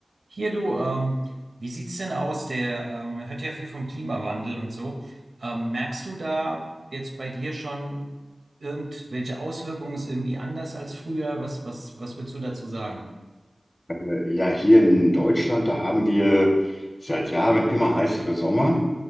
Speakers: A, on the right; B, on the left.
A: Hier du, ähm, wie sieht's denn aus? Der ähm, man hört ja viel vom Klimawandel und so. Ähm, merkst du da jetzt bei dir schon irgendwelche Auswirkungen? Ist irgendwie anders als früher? Was was was würdest du dazu sagen?
B: Äh, Ja, hier in Deutschland, da haben wir seit Jahren immer heißere Sommer